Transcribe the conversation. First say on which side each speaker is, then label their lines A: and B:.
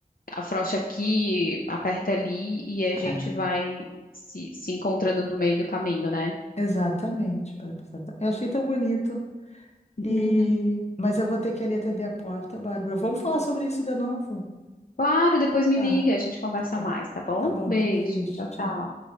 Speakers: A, on the left; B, on the left.
A: afrouxa aqui, aperta ali, e a gente
B: é.
A: vai se, se encontrando no meio do caminho, né?
B: Exatamente, Bárbara. exata- Eu achei tão bonito.
A: <laughs>
B: E... Mas eu vou ter que ali atender a porta, Bárbara. Vamos falar sobre isso de novo?
A: Claro, depois me
B: Tá,
A: liga, a gente conversa
B: tá bom.
A: mais, tá bom?
B: Tá bom,
A: Beijo,
B: beijo,
A: tchau, tchau.
B: tchau.